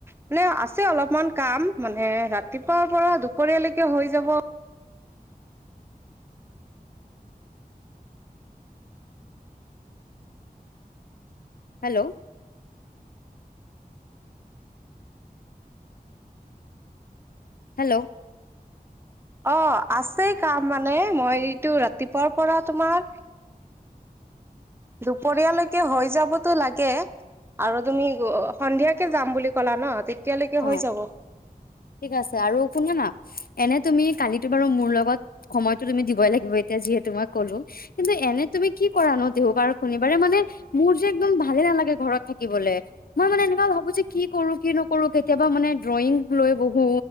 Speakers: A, on the right (about 15°); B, on the left (about 70°).
A: মানে আছে অলপমান কাম মানে ৰাতিপুৱাৰ পৰা দুপৰীয়ালৈকে হৈ যাব
B: হেল্ল হেল্ল
A: অ আছেই কাম মানে মই এইটো ৰাতিপুৱাৰ পৰা তোমাৰ দুপৰীয়ালৈকে হৈ যাবতো লাগে। আৰু তুমি সন্ধিয়াকে যাম বুলি ক'লা ন তেতিয়ালৈকে
B: অ
A: হৈ যাব।
B: ঠিক আছে আৰু শুনা না এনে তুমি কালিতো বাৰু মোৰ লগত সময়তো তুমি দিবই লাগিব এতিয়া যিহেতু মই ক'লো কিন্তু এনে তুমি কি কৰানো দেওবাৰ, শনিবাৰে মানে মোৰ যে একদম ভালে নালাগে ঘৰত থাকিবলে মই মানে এনেকুৱা ভাবোঁ যে কি কৰো কি নোক কৰো কেতিয়াবা মানে ড্ৰয়িং লৈ বহোঁ